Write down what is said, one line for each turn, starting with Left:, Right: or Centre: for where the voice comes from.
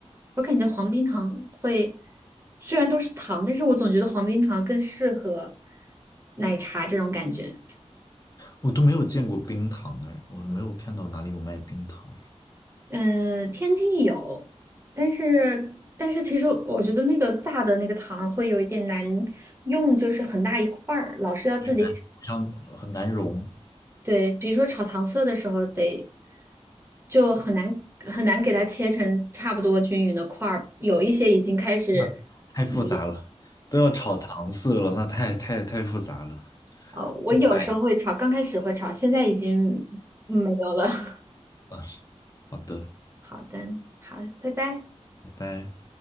Right: 我感觉黄冰糖会，虽然都是糖，但是我总觉得黄冰糖更适合奶茶这种感觉。
Left: 我都没有见过冰糖哎，我都没有看到哪里有卖冰糖，
Right: 嗯、天梯有，但是但是其实我觉得那个大的那个糖会有一点难用，就是很大一块儿，老是要自己
Left: 对难好像呃很难融，
Right: 对，比如说炒糖色的时候得，就很难很难给它切成差不多均匀的块儿，有一些已经开始没
Left: <laughs> 那太复杂了，都要炒糖色了，那太太太复杂了，
Right: 呃我有时候会炒，
Left: 做不来
Right: 刚开始会炒，现在已经没有了。<laughs>
Left: 啊。好的，
Right: 好的，好，拜拜。
Left: 拜拜。